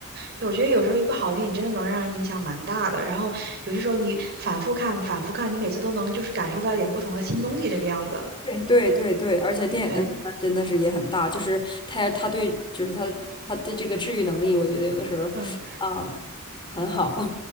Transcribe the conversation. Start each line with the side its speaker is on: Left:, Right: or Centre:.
Right: 对，我觉得有时候一部好电影真的能让人影响蛮大的。然后有些时候你反复看、反复看，你每次都能就是感受到一点不同的新东西，这个样子。
Left: 对对对对，而且电影的力量真的是也很大，
Right: 对，
Left: 就是他他对就是他他的这个治愈能力，我觉得有的时候啊、
Right: 嗯。
Left: 很好。<laughs>